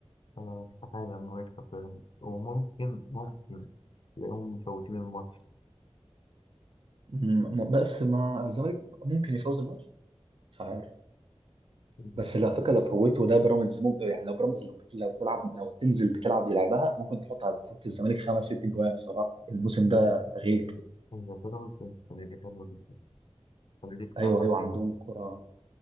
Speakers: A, on the left; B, on the right.
A: فاستحاله انه يكسب بيراميدز وممكن ممكن تلاقيهم مفوتين الماتش
B: م- م- بس مع الزمالك ممكن يفوز الماتش مش عارف
A: مم.
B: بس لو فكره لو فوته ده بيراميدز ممكن يعني لو بيراميدز لو بت- لو بتلعب لو هتنزل بتلعب زي لعبها ممكن تحط على صف الزمالك خمس ست جوان بصراحه الموسم ده غير
A: هي هي بيراميدز السنه دي حلوه جدا السنه دي بصراحه
B: ايوه ايوه
A: رهيبه
B: عندهم كره